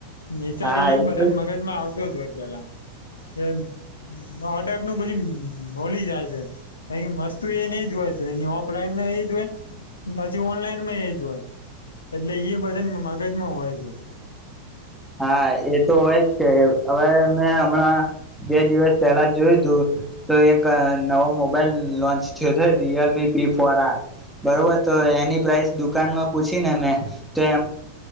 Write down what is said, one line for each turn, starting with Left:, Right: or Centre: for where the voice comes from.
Left: વિચારી
Centre: હા
Left: એમ
Centre: એટલે
Left: બધાને મગજમાં આવતો જ હોય. ગલા. એમ. ઓડક નું પછી બોલી જાય છે ક મસ્ત. તું એજ હોય છે અ ઓફલાઈનમાં એ જ હોય, પછી ઓનલાઈન માં એ જ હોય એટલે એ બધા મગજમાં હોય છે.
Centre: હા એ તો હોય જ છે, હવે મેં હમણાં બે દિવસ પહેલા જોયું તું તો એક નવો મોબાઈલ લોન્ચ થયો થ રિયલમી પી ફોર આર બરોબર તો એની પ્રાઇસ દુકાનમાં પૂછી ને મેં તો એ